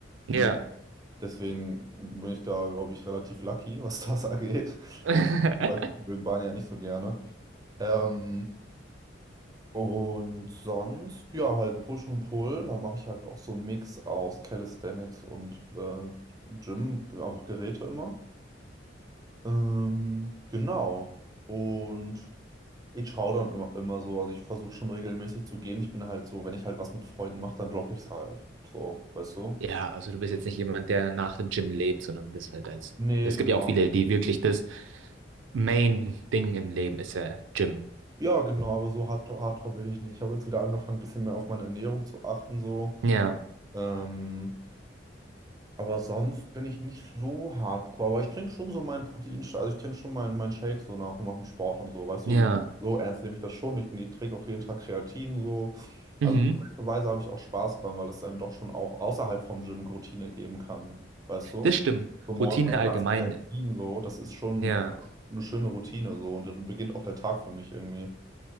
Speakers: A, on the right (about 80°); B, on the right (about 20°).
A: Ja.
B: Hm. Deswegen bin ich da, glaube ich, relativ lucky, was das <laughs> angeht.
A: <laughs>
B: Weil die Leute mögen Beine ja nicht so gerne. Ähm, und sonst, ja, halt Push und Pull, da mache ich halt auch so einen Mix aus Calisthenics und äh, Gym, einfach Geräte immer. Ähm, genau. Und ich schaue dann immer, immer so, also ich versuche schon regelmäßig zu gehen. Ich bin halt so, wenn ich halt was mit Freunden mache, dann droppe ich es halt. So, weißt du?
A: Ja, also du bist
B: Mhm.
A: jetzt nicht jemand, der nach dem Gym lebt, sondern das halt als.
B: Nee,
A: Es
B: genau.
A: gibt ja auch viele, die wirklich das Main-Ding im Leben ist ja Gym.
B: Ja, genau, aber so hard hardcore bin ich nicht. Ich habe jetzt wieder angefangen, ein bisschen mehr auf meine Ernährung zu achten, so.
A: Ja,
B: Ähm, Aber sonst bin ich nicht so hardcore. Aber ich trinke schon so meinen Proteinshake, also ich trinke schon meinen meinen Shake so nach und nach dem Sport und so. Weißt
A: ja,
B: du, so, so ernst nehme ich das schon nicht. Ich trinke auch jeden Tag Kreatin so.
A: mhm,
B: Also Weise habe ich auch Spaß dran, weil das einem doch schon auch außerhalb vom Gym Routine geben kann. Weißt du?
A: das stimmt.
B: So morgen
A: Routine
B: mein Glas
A: allgemein.
B: Kreatin so, das ist schon
A: Ja,
B: eine schöne Routine so und dann beginnt auch der Tag für mich irgendwie.